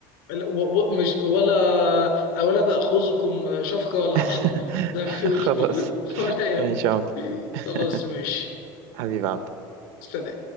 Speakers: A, on the left (about 90°); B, on the right (about 65°).
A: لا، و- و- مش ولا ولا تأخذكم شفقة ولا
B: <laughs>
A: رحمة <laughs> زي ما بيقولوا
B: خلاص
A: <laughs> ولا يهمك
B: ماشي يا عمد <laughs>
A: خلاص ماشي
B: حبيبي يا عمد
A: سلام